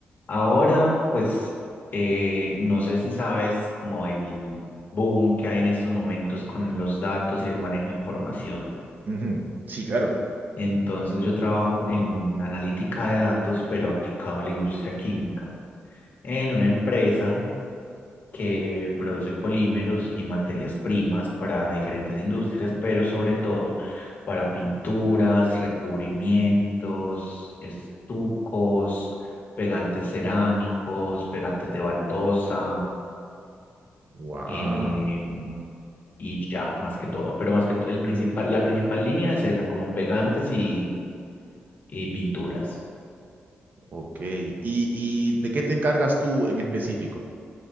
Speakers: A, on the left (about 45°); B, on the right (about 50°).
A: ahora, pues, eh, no sé si sabes como el boom que hay en estos momentos con los datos y el manejo de información.
B: Ujú. Sí, claro.
A: Entonces, yo trabajo en analítica de datos, pero aplicado a la industria química, en una empresa que produce polímeros y materias primas para diferentes industrias, pero sobre todo para pinturas, recubrimientos, estucos, pegantes cerámicos, pegantes de baldosa,
B: Wow.
A: eh, y ya, más que todo. Pero más que todo, el principal, la principal línea es esa, como pegantes y, y pinturas.
B: Ok. ¿Y, y de qué te encargas tú en específico?